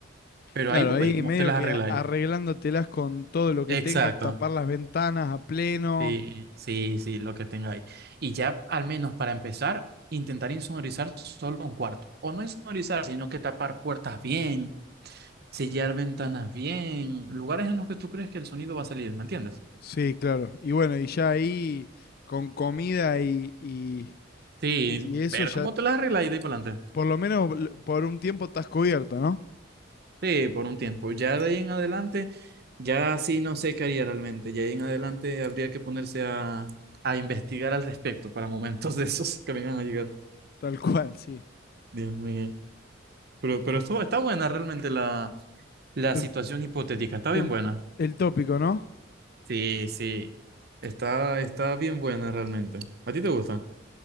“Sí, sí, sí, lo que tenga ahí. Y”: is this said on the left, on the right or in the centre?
Right